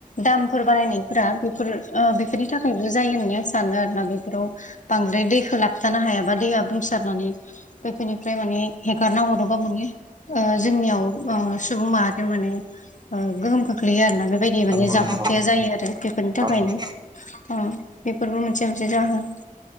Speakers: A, on the left (about 60°); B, on the right (about 30°).
A: दामफोर बारायनायफोरा बेफोर ओ बेफोरनि थाखायबो जायो होननानै आं सानो आरोना बेफोराव बांद्राय दैखौ लाबथानो हायाबा दैया बुंसारनानै बेैफोरनिफ्राय माने हेगारना हरोबा माने ओ जोंनियाव ओ सुबुं माहारियाव माने ओ गोहोम खो ख्लैयो आरोना बेबायदि
B: नंगौ
A: माने जाब्रबथाया
B: नंगौ
A: जायो आरो बेफोरनि थाखायनो।
B: औ नंगौ
A: औ बेफोरबो मोनसे मोनसे जाहोन।